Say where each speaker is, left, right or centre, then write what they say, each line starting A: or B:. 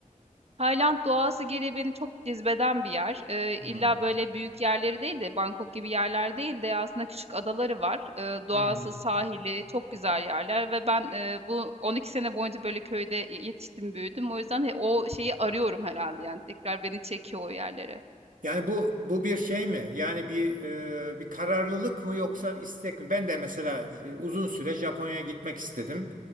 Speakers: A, on the right; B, on the right.
A: Tayland doğası geri beni çok cezbeden bir yer. Ee,
B: Hmm.
A: illa böyle büyük yerleri değil de Bangkok gibi yerler değil de aslında küçük adaları var. Ee, doğası,
B: Hmm.
A: sahili çok güzel yerler ve ben e, bu 12 sene boyunca böyle köyde yetiştim, büyüdüm. O yüzden he- o şeyi arıyorum herhalde yani tekrar beni çekiyor o yerlere.
B: Yani bu bu bir şey mi? Yani bir e, bir kararlılık mı yoksa bir istek mi? Ben de mesela e, uzun süre Japonya'ya gitmek istedim.